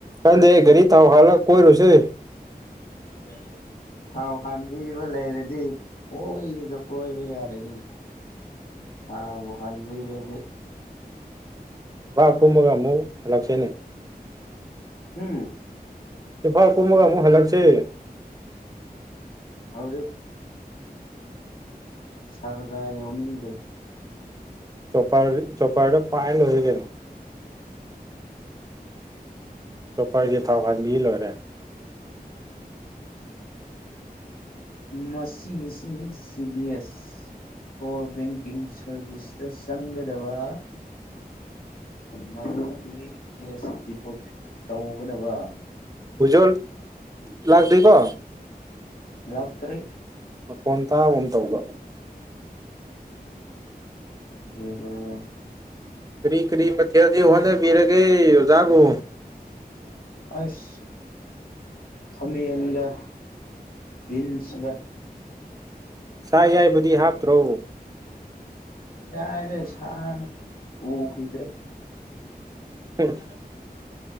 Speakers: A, on the right; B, on the left.
A: ꯀꯥꯟꯗꯦꯍꯦ ꯒꯥꯔꯤ ꯊꯥꯎ ꯍꯥꯟꯂꯥ ꯀꯣꯏꯔꯨꯁꯦ
B: ꯅꯪ ꯒꯥꯔꯤ ꯁꯣꯗꯤ ꯊꯥꯎ ꯍꯥꯟꯕꯤꯕ ꯂꯩꯔꯗꯤ ꯀꯣꯏꯗ ꯀꯣꯏꯕ ꯌꯥꯔꯅꯤ ꯊꯥꯎꯕꯨ ꯍꯥꯟꯕꯤꯔꯗꯤ
A: ꯄꯥꯠ ꯀꯨꯝꯃꯒ ꯑꯃꯨꯛ ꯍꯂꯛꯁꯦꯅꯦ
B: ꯎꯝ
A: ꯄꯥꯠ ꯀꯨꯝꯃꯒ ꯑꯃꯨꯛ ꯍꯜꯂꯛꯁꯦ ꯁꯦ
B: ꯍꯧꯖꯤꯛ ꯁꯥꯔꯒ ꯌꯎꯅꯤꯡꯗ꯭ꯔꯦ
A: ꯆꯣꯄꯔꯗ ꯆꯣꯄꯔꯗ ꯄꯥꯏꯔ ꯂꯣꯏꯔꯦ ꯀꯩꯅꯣ ꯆꯣꯄꯔꯒꯤ ꯊꯥꯎ ꯍꯥꯟꯕꯤ ꯂꯣꯏꯔꯦ
B: ꯃꯁꯤꯒꯤꯁꯤ C B S core banking ꯁꯥꯔꯚꯤꯁꯇ ꯆꯪꯒꯗꯕ ꯃꯗꯨꯒꯤ ꯀꯦꯁ ꯗꯤꯄꯣꯖꯤꯠ ꯇꯧꯒꯗꯕ
A: ꯕꯨꯖꯣꯜ ꯂꯥꯛꯇꯦꯀꯣ
B: ꯂꯥꯛ ꯇ꯭ꯔꯤ
A: ꯃꯈꯣꯟ ꯇꯥꯕꯒꯨꯝ ꯇꯧꯕ
B: ꯗꯣ
A: ꯀꯔꯤ ꯀꯔꯤ ꯃꯊꯦꯜꯗꯤ ꯍꯣꯠꯅ ꯕꯤꯔꯒꯦ ꯑꯣꯖꯥꯕꯨ
B: ꯑꯩꯁ ꯈꯥꯃꯦꯟꯒ ꯚꯤꯟꯁꯒ
A: ꯁꯥ ꯑꯌꯥꯏꯕꯗꯤ ꯍꯥꯞꯇ꯭ꯔꯣ
B: ꯀꯔꯥꯏꯗꯩ ꯁꯥꯅꯣ ꯎꯈꯤꯗ꯭ꯔꯦ
A: ꯎꯝ